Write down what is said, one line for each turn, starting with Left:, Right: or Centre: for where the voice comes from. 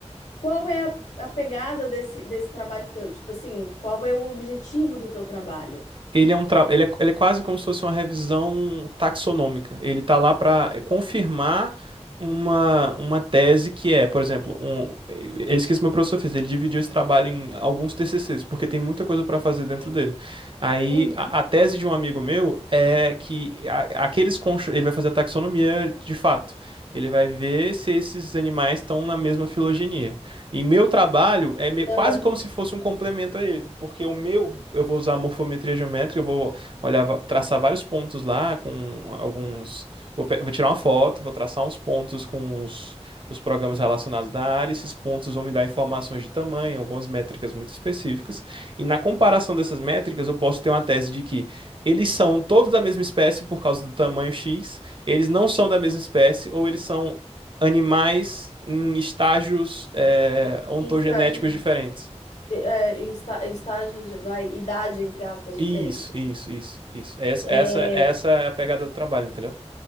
Left: qual é a, a pegada desse, desse trabalho teu? Tipo assim, qual é o objetivo do teu trabalho?
Right: Ele é um tra... ele é, ele é quase como se fosse uma revisão taxonômica. Ele está lá para confirmar uma, uma tese que é, por exemplo, um... é isso que esse meu professor fez. Ele dividiu esse trabalho em alguns TCCs, porque tem muita coisa para fazer dentro dele. Aí
Left: Uhum.
Right: a, a tese de um amigo meu é que a- aqueles concho... ele vai fazer a taxonomia de fato. Ele vai ver se esses animais estão na mesma filogenia. E meu trabalho é me- quase
Left: Aham.
Right: como se fosse um complemento a eles, porque o meu, eu vou usar morfometria geométrica, eu vou olhar, va- traçar vários pontos lá com alguns. Vou, pe- vou tirar uma foto, vou traçar uns pontos com os, os programas relacionados da área, esses pontos vão me dar informações de tamanho, algumas métricas muito específicas, e na comparação dessas métricas, eu posso ter uma tese de que eles são todos da mesma espécie por causa do tamanho X, eles não são da mesma espécie, ou eles são animais em estágios é, ontogenéticos
Left: Em estágios,
Right: diferentes.
Left: é, em esta- em estágios, vai, idade, entre aspas, diferente.
Right: Isso, isso, isso, isso. Essa,
Left: É,
Right: essa, essa é a pegada do trabalho, entendeu?